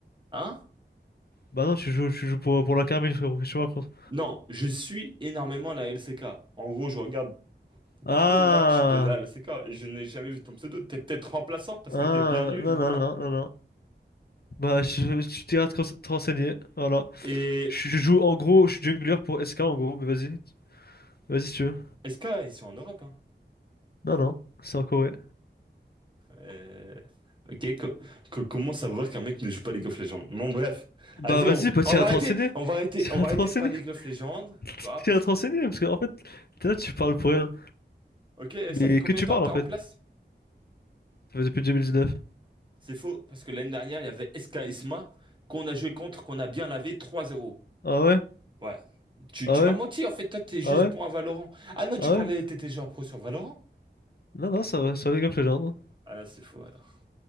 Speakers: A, on the right (about 25°); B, on the left (about 60°).
A: Hein?
B: Bah non, tu joues, tu joues pour, pour la Carmine, frérot, qu'est-ce que tu me racontes?
A: Non, je suis énormément la LCK. En gros, je regarde
B: Ah,
A: tous les matchs de la LCK et je n'ai jamais vu ton pseudo. T'es peut-être remplaçant parce
B: ah,
A: que t'es bien nul.
B: non, non, non, non, non. Bah, je, tu t'iras te, rense- te renseigner, voilà.
A: Et
B: Je, je joue, en gros, je suis jungler pour SK, en gros, mais vas-y, vas-y si tu veux.
A: SK, ils sont en Europe, hein.
B: Non, non, c'est en Corée.
A: Euh, Ok, co- co- comment savoir qu'un mec ne joue pas League of Legends? Bon, bref.
B: Bah
A: Vas-y,
B: vas-y,
A: on,
B: bah
A: on
B: t'iras
A: va arrêter,
B: te renseigner,
A: on va arrêter,
B: t'iras
A: on va
B: te
A: arrêter
B: renseigner,
A: de parler League of Legends,
B: <laughs>
A: tu vois, parce
B: t'iras te
A: que...
B: renseigner, parce que en fait, t'es là, tu parles pour rien.
A: Ok,
B: Mais
A: ça fait combien
B: que tu
A: de temps
B: parles,
A: que t'es
B: en
A: en
B: fait?
A: place?
B: Ça fait depuis 2019.
A: C'est faux, parce que l'année dernière, il y avait SK Isma qu'on a joué contre, qu'on a bien lavé 3-0.
B: Ah ouais?
A: Ouais. Tu,
B: Ah
A: tu m'as
B: ouais?
A: menti, en fait, toi, t'es juste
B: Ah ouais?
A: bon à Valorant. Ah non, tu
B: Ah
A: parlais,
B: ouais?
A: t'étais joueur pro sur Valorant?
B: Non, non, ça va, sur League of Legends.
A: Ah là, c'est faux, alors.